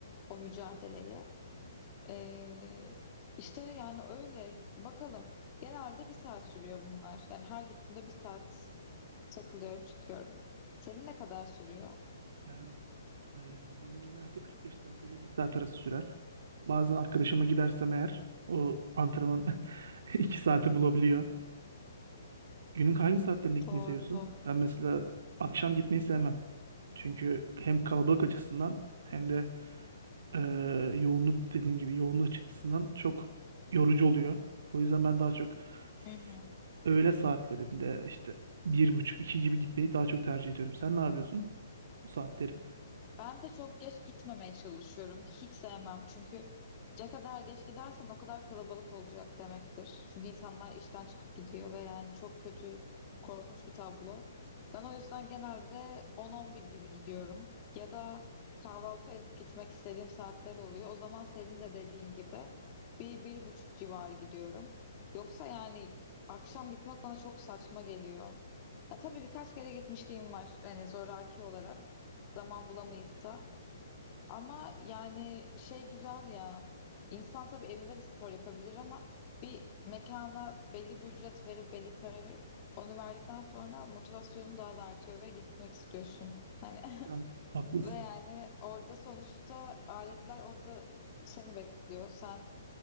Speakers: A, on the left; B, on the right.
A: o mücadeleye. E, işte yani öyle bakalım. Genelde bir saat sürüyor bunlar. Yani her gittiğimde bir saat takılıyorum, çıkıyorum. Senin ne kadar sürüyor?
B: Yani Ee, benim genelde 45 dakika ile bir saat arası sürer. Bazen arkadaşımla gidersem eğer o antrenman <laughs> 2 saati bulabiliyor. Günün hangi saatlerinde gitmeyi
A: Doğru,
B: seviyorsun?
A: doğru.
B: Ben mesela akşam gitmeyi sevmem. Çünkü hem kalabalık açısından hem de e, yoğunluk dediğin gibi yoğunluk çıktısından çok yorucu oluyor. O yüzden ben daha çok s-
A: Hı hı.
B: öğle saatlerinde işte bir buçuk iki gibi gitmeyi daha çok tercih ediyorum. Sen ne yapıyorsun bu saatleri?
A: Ben de çok geç gitmemeye çalışıyorum. Hiç sevmem. Çünkü ne kadar geç gidersen o kadar kalabalık olacak demektir. Çünkü insanlar işten çıkıp gidiyor ve yani çok kötü, korkunç bir tablo. Ben o yüzden genelde 10-11 gibi gidiyorum. Ya da kahvaltı edip gitmek istediğim saatler oluyor. O zaman senin de dediğin gibi bir, bir buçuk civarı gidiyorum. Yoksa yani akşam gitmek bana çok saçma geliyor. Ya tabii birkaç kere gitmişliğim var hani zoraki olarak zaman bulamayıp da ama yani şey güzel ya insan tabii evinde de spor yapabilir ama mekana belli bir ücret verip belli para verip onu verdikten sonra motivasyonu daha da artıyor ve gitmek istiyorsun hani
B: Yani haklısın.
A: <laughs> ve yani orada sonuçta aletler orada seni bekliyor sen